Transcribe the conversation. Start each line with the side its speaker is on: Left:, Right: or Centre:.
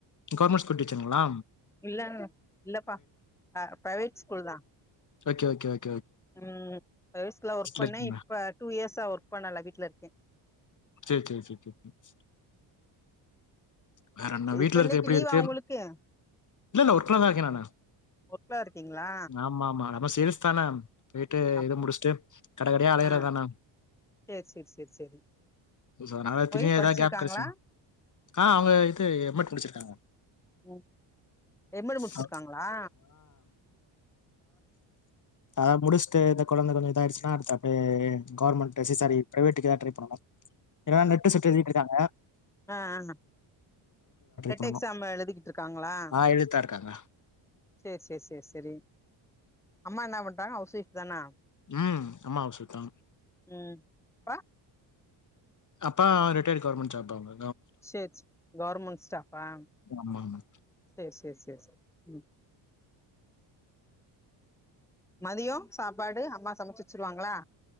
Left: கவுர்மெண்ட் ஸ்கூல் டீச்சருங்ளா
Centre: இல்லங் இல்லப்பா அ பிரைவேட் ஸ்கூல்தா
Left: ஓகே ஓகே ஓக்
Centre: உம் யேஸ்க்குல ஒர்க் பண்ணே
Left: இருக்கீங்களா?
Centre: இப்ப டூ இயர்ஸா ஒர்க் பண்ணல வீட்லருக்கே
Left: சே சே சே சே சே வேறென்ன
Centre: சரி
Left: வீட்ல
Centre: இப்ப
Left: இருக்க
Centre: இன்னைக்கு
Left: எப்டிருக்கு
Centre: லீவா உங்களுக்கு
Left: இல்ல இல்ல ஒர்க்லதா இருக்கே நானு
Centre: ஒர்க்ல இருக்கீங்களா
Left: ஆமா ஆமா நம்ம சேல்ஸ் தானே போயிட்டு
Centre: அப்டி
Left: இத முடிஸ்ட்டு கடகடையா அலையுறத்தான
Centre: ஆ சேரி சேரி சேரி சேரி
Left: சோ அனால திரியு
Centre: ஒய்ஃப் படிச்சிருக்காங்களா
Left: எதா கேப் கெடச்சா ஆ அவுங்க இது எம் மெட் முடிச்சிருக்காங்க
Centre: உம் எம் மெட் முடிச்சிருக்காங்ளா
Left: அ அ முடிஸ்ட்டு இந்த கொழந்த கொஞ்ச இதாயிடுச்சுனா அடுத்து அப்டே கவுர்மெண்ட் சி சாரி பிரைவேட்டுக்கு எதா ட்ரை பண்ணுணு இல்லனா நெட்டு சிட்டு எழுதிட்ருக்காங்க
Centre: அ ஆ நெட்டெக்ஸாம்மு
Left: பண்ணணும்.
Centre: எழுதிகிட்ருக்காங்ளா
Left: ஆ எழுதிட்டுதான் இருக்காங்க.
Centre: சே சே சே செரி அம்மா என்னாப் பண்றாங்க ஹவுஸ் ஒய்ஃப் தானா
Left: உம் அம்மா ஹவுஸ் ஒய்ஃப்தா
Centre: உம் ப்றா
Left: அப்பா ரிட்டையடு கவுர்மெண்ட் ஜாப் அவுங்க
Centre: சேச்ச கவுர்மெண்ட் ஸ்டாஃபா
Left: ஆமாமா.
Centre: சேர் ஸ் சே எஸ் ம் மதிய சாப்பாடு அம்மா சமச்சு வச்சுருவாங்ளா